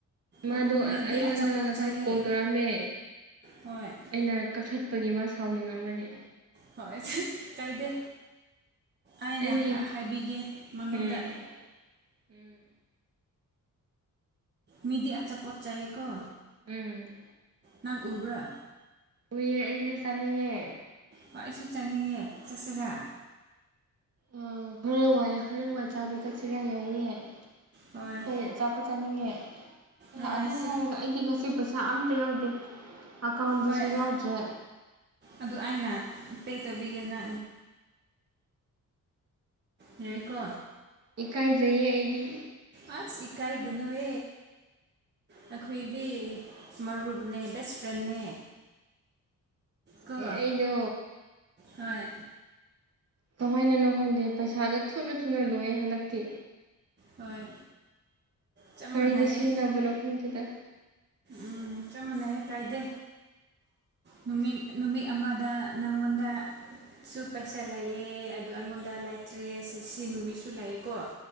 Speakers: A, on the right; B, on the right.
A: ꯃꯥꯗꯣ
B: ꯑꯣ ꯃꯤꯗꯤ
A: ꯑꯩꯉꯣꯟꯗ
B: ꯑꯆꯥꯄꯣꯠ
A: ꯉꯁꯥꯏ
B: ꯆꯥꯏꯌꯦ
A: ꯀꯣꯜ ꯇꯧꯔꯛꯑꯝꯃꯦ
B: ꯍꯣꯏ
A: ꯑꯩꯅ ꯀꯛꯊ ꯆꯠꯄꯒꯤ ꯃꯥ ꯁꯥꯎꯅꯤꯡꯉꯝꯃꯅꯤ
B: ꯍꯣꯏ ꯀꯥꯏꯗꯦ ꯑꯩꯅ
A: ꯑꯩ
B: ꯍꯥꯏꯕꯤꯒꯦ ꯃꯉꯣꯟꯗ
A: ꯎꯝ ꯎꯝ
B: ꯃꯤꯗꯤ ꯑꯆꯥ ꯄꯆꯥꯀ
A: ꯎꯝ
B: ꯅꯪ ꯎꯕ꯭ꯔꯥ
A: ꯎꯏꯍꯦ ꯑꯩꯁ ꯆꯥꯅꯤꯡꯉꯦ
B: ꯍꯣꯏ ꯑꯩꯁꯨ ꯆꯥꯅꯤꯡꯉꯦ ꯆꯠꯁꯤꯔꯥ
A: ꯑ ꯍꯣꯔꯦꯟ ꯋꯥꯏ ꯍꯣꯔꯦꯟ ꯋꯥꯏ ꯆꯥꯕ ꯆꯠꯁꯤꯔ ꯌꯥꯏꯑ ꯅꯪꯗꯤ
B: ꯍꯣꯏ
A: ꯀꯩ ꯆꯆꯥꯄꯣꯠ ꯆꯥꯅꯤꯡꯉꯦ
B: ꯑꯩꯁꯨ
A: ꯑ ꯑꯗꯨ ꯍꯥꯏꯔꯒ ꯑꯩꯗꯤ ꯉꯁꯤ ꯄꯩꯁꯥ ꯑꯝꯇ ꯌꯥꯎꯗꯦ ꯑꯀꯥꯎꯟꯗꯨꯁꯨ
B: ꯍꯣꯏ
A: ꯌꯥꯎꯗ꯭ꯔꯦ
B: ꯑꯗꯨ ꯑꯩꯅ ꯄꯦ ꯇꯕꯤꯤꯅ ꯌꯥꯏꯀꯣ
A: ꯏꯀꯥꯏꯖꯩꯌꯦ ꯑꯩꯗꯤ
B: ꯑ ꯏꯀꯥꯏꯒꯨꯅꯋꯦ ꯑꯩꯈꯣꯏꯗꯤ ꯃꯔꯨꯞꯅꯦ ꯕꯦꯁ ꯐ꯭ꯔꯦꯟꯅꯦ ꯀꯣ
A: ꯑꯩꯗ
B: ꯍꯣꯏ
A: ꯀꯃꯥꯏꯅꯅꯣ ꯈꯪꯗꯦ ꯄꯩꯁꯥꯗꯣ ꯊꯨꯅ ꯊꯨꯅ ꯂꯣꯏꯌꯦ ꯍꯟꯗꯛꯇꯤ
B: ꯍꯣꯏ ꯆꯞ
A: ꯀꯔꯤꯗ
B: ꯃꯥꯟꯅꯩꯌꯦ
A: ꯁꯤꯖꯤꯟꯅꯕꯅꯣ ꯈꯐꯝꯗꯨꯗ
B: ꯎꯝ ꯆꯞ ꯃꯥꯟꯅꯩ ꯀꯥꯏꯗꯦ ꯅꯨꯃꯤꯠ ꯅꯨꯃꯤꯠ ꯑꯃꯗ ꯅꯪꯉꯣꯟꯗ ꯁꯨ ꯄꯩꯁꯥ ꯂꯩꯑꯦ ꯑꯗꯨ ꯑꯩꯉꯣꯟꯗ ꯂꯩꯇ꯭ꯔꯦ ꯁꯤ ꯅꯨꯃꯤꯠꯁꯨ ꯂꯥꯛꯑꯦꯀꯣ